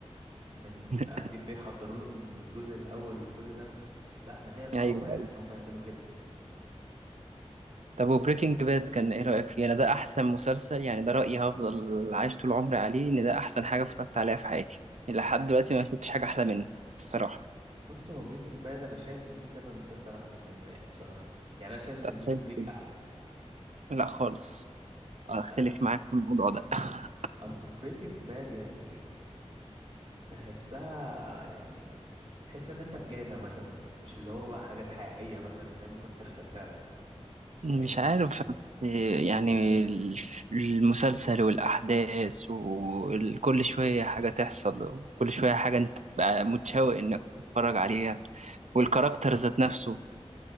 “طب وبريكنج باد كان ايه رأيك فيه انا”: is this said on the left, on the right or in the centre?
Right